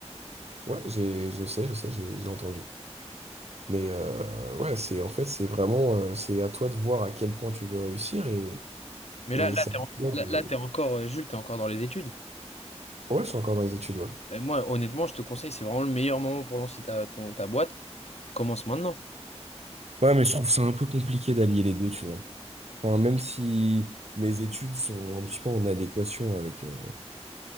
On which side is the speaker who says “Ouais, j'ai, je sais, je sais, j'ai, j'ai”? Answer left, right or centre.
Right